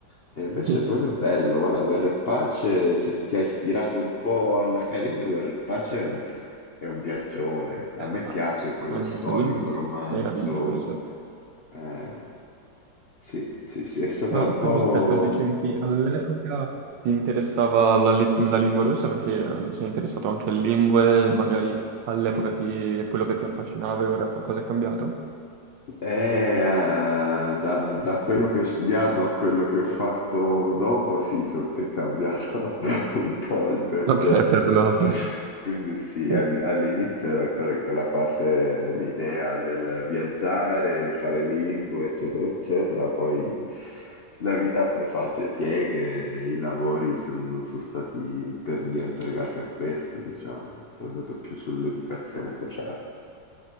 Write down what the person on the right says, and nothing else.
<laughs>
Eh,
Anna
Karenina,
meraviglioso.
No,
quindi aspetta, dicevi che all'epoca ti interessava la, li- la lingua russa perché eh, sei interessato anche alle lingue, e magari all'epoca ti- quello che ti affascinava e ora qualcosa è cambiato?
Ok, ok, quello...
Sì,